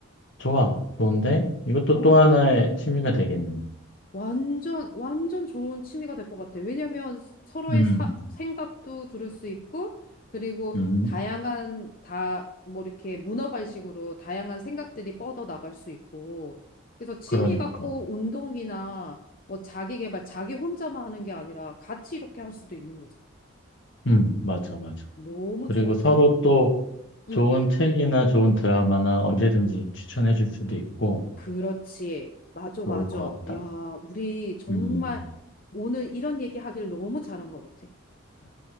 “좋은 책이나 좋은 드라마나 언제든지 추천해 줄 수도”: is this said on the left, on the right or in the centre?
Left